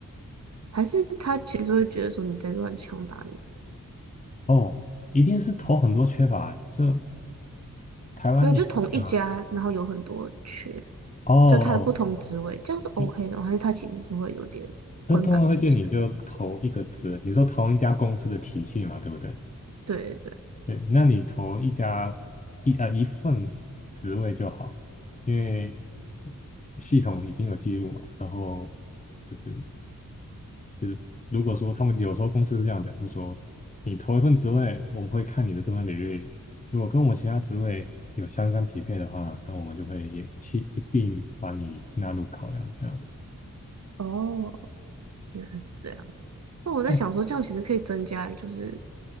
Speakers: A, on the right; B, on the left.
A: 还是他其实会觉得说你在乱枪打鸟？
B: 哦，一定是投很多缺乏，就台湾也是啊，
A: 没有，就同一家，然后有很多缺，
B: 哦，
A: 就他的不同职位，
B: 哦
A: 这样是 OK
B: 就
A: 的吗还是他其实是会有点观感不佳？
B: 就通常会建议你就投一个职，你说同一家公司的体系嘛，对不对？
A: 对对对，
B: 对，那你投一家一呃一份职位就好，因为系统已经有记录嘛。然后就是就是，如果说他们有时候公司是这样讲，就是说你投一份职位，我们会看你的这份履历，如果跟我们其他职位有相干匹配的话，那我们就会也一起一并把你纳入考量这样子。
A: 哦，原来是这样。那我在想说，
B: 嗯，
A: 这样其实可以增加就是